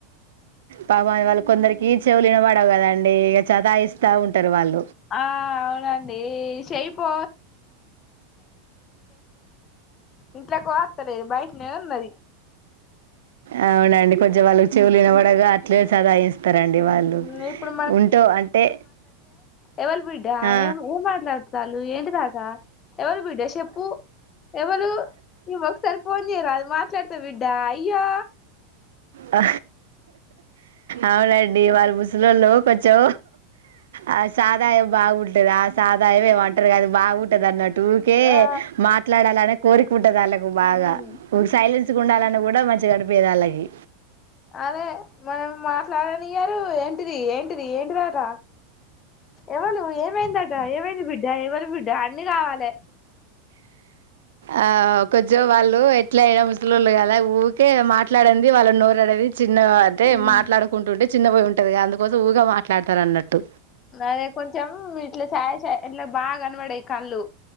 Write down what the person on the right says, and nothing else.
పాప వాళ్ళు కొందరికి చెవులు వినపడవు కదండి ఇక సత్తా ఇస్తా ఉంటారు వాళ్ళకి
అవునండి కొంచెం వాళ్ళకి చెవులునవాడగా అట్లే సత్తాస్తారు సత్తాస్తారండి వాళ్ళు
ఉంటో అంటే
ఆ
ఆ అవునండి వాళ్ళ ముసలోళ్ళు కొంచెం ఆ సాదా బాగుంటది ఆ సదాయం ఏమంటారు కాది బాగుంటది అన్నట్టుకే ఉకే
మాట్లాడాలని కోరిక ఉంటది ఆళ్ళకు బాగా
సైలెన్స్ ఉండాలని కూడా మంచిగా అనిపిదు ఆళ్ళకి
ఆ కొంచె వాళ్ళు ఎట్ల అయినా ముసలోళ్లు కదా ఊరికే మాట్లా మాట్లాడండి వాళ్ళ నోరుడది చిన్న అదే
మాట్లాడుకుంటుంటే చిన్న పోయి ఉంటే టది అందుకోసం ఊగా మాట్లాడతారు అన్నట్టు